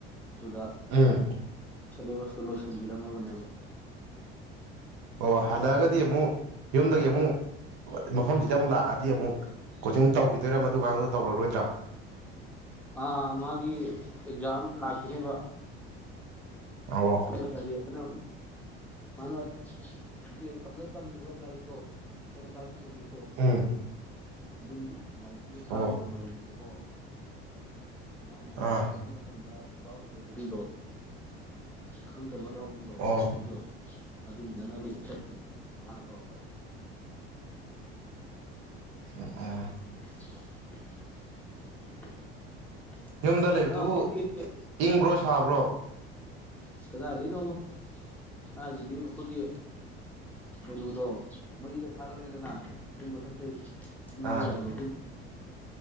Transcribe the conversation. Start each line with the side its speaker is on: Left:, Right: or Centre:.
Centre: ꯑꯗꯨꯗ
Right: ꯎꯝ
Centre: ꯁꯦꯂꯦꯕꯁꯇꯣ ꯂꯣꯏꯁꯤꯟꯕꯤꯔꯝꯃꯕꯅꯦꯕ
Right: ꯑꯣ ꯍꯜꯂꯛ ꯑꯒꯗꯤ ꯑꯃꯨꯛ ꯌꯨꯝꯗꯒꯤ ꯑꯃꯨꯛ ꯃꯐꯝꯁꯤꯗ ꯑꯃꯨꯛ ꯂꯥꯛꯑꯗꯤ ꯑꯃꯨꯛ ꯀꯣꯆꯤꯡ ꯇꯧꯈꯤꯗꯣꯏꯔꯥ ꯃꯗꯨ ꯑꯉꯥꯡꯗꯣ ꯇꯧꯔꯔꯣꯏꯗ꯭ꯔꯥ
Centre: ꯑꯥ ꯃꯥꯒꯤ ꯑꯦꯛꯖꯥꯝ ꯂꯥꯛꯈꯤꯅꯦꯕ
Right: ꯑꯣ
Centre: ꯑ ꯁꯥꯗꯤ ꯀꯅ ꯃꯥꯅ ꯇꯦꯟ ꯀ ꯇꯝꯃꯤꯕ ꯂꯥꯏꯔꯤꯛꯇꯣ ꯑꯩꯅ ꯇ ꯁꯖꯤꯄ
Right: ꯎꯝ
Centre: ꯑꯗꯨꯒꯤ ꯂꯥꯏ ꯆꯥ
Right: ꯑꯣ
Centre: ꯂ ꯃꯔꯣ ꯀꯣ ꯑ ꯃꯥꯅ ꯑꯩ
Right: ꯑꯥ
Centre: ꯌꯥꯝꯌꯥꯝꯕ ꯃꯇꯝꯗ ꯂꯩꯗꯤꯣ ꯈꯪꯗꯕ ꯌꯥ ꯖꯣ
Right: ꯑꯣ
Centre: ꯖꯣ ꯑꯒꯅꯤ ꯅꯪꯅꯅꯕꯕꯨꯡꯔ ꯃꯃꯅ ꯈꯔꯛꯈꯔꯦ
Right: ꯎ ꯎ
Centre: <unintelligible>
Right: ꯌꯨꯝꯗ ꯂꯩꯕꯗꯨꯕꯨ
Centre: ꯑ ꯑꯩꯈꯣꯏꯒꯤ
Right: ꯏꯪꯕ꯭ꯔꯣ ꯐꯥꯕ꯭ꯔꯣ
Centre: ꯑ ꯀꯗꯥꯏꯗꯣꯏꯅꯣꯕꯣ ꯏꯁꯒꯤꯗꯤ ꯑꯩꯈꯣꯏꯒꯤ ꯀꯩꯅꯣꯗꯣ ꯃꯩꯗ ꯊꯥꯒꯠꯂꯛꯑꯦꯗꯅ ꯑꯗꯨꯝ ꯃꯊꯛꯇꯩ ꯉꯥꯌꯥꯏꯕ
Right: ꯑꯥ